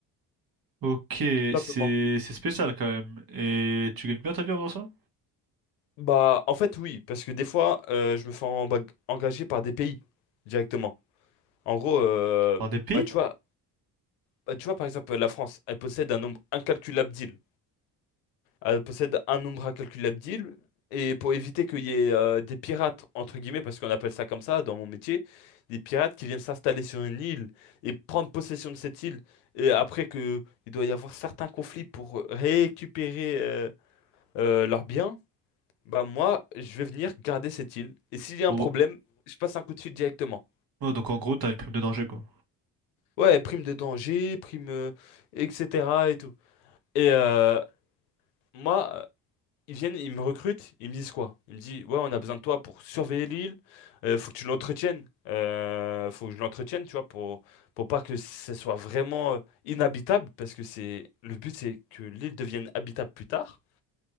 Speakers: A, on the right (about 50°); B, on the left (about 85°).
A: Ok, c'est
B: tout simplement.
A: c'est spécial quand même. Et tu gagnes bien ta vie en faisant ça?
B: Bah, en fait, oui, parce que des fois, euh, je me fais en- engager par des pays directement. En gros, euh,
A: Par des pays?
B: bah, tu vois, bah, tu vois, par exemple, la France, elle possède un nombre incalculable d'îles. euh, possède un nombre incalculable d'îles. Et pour éviter qu'il y ait euh, des pirates, entre guillemets, parce qu'on appelle ça comme ça dans mon métier, des pirates qui viennent s'installer sur une île et prendre possession de cette île, et après que il doit y avoir certains conflits pour récupérer euh, euh, leurs biens, bah moi, je vais venir garder cette île. Et s'il y a
A: Oh.
B: un problème, je passe un coup de fil directement.
A: Ouais, donc en gros, t'as une prime de danger, quoi.
B: Ouais, prime de danger, prime, euh, etc. et tout. Et euh, moi, Ils viennent, ils me recrutent, ils me disent quoi? Ils me disent, ouais, on a besoin de toi pour surveiller l'île, euh, faut que tu l'entretiennes, euh, faut que je l'entretienne, tu vois, pour, pour pas que ce soit vraiment euh, inhabitable, parce que c'est le but, c'est que l'île devienne habitable plus tard,